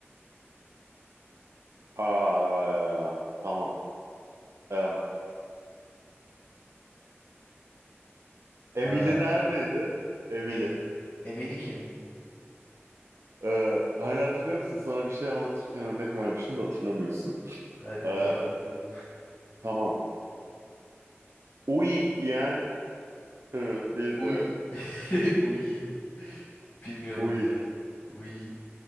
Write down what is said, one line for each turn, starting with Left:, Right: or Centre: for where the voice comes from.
Right: Aa, tamam. Em, Emily
Left: Ee,
Right: neredeydi? Emily.
Left: em Emeli kim?
Right: Ee, hani hatırlıyor musun? Sana bir şey anlatırken örnek vermiştim de hatırlamıyorsun.
Left: Evet
Right: Ee,
Left: hatırlamıyorum.
Right: tamam. Uy diyen e, bir
Left: Uy.
Right: e,
Left: <laughs> Uy. Bilmiyorum
Right: uy.
Left: ne. Uy.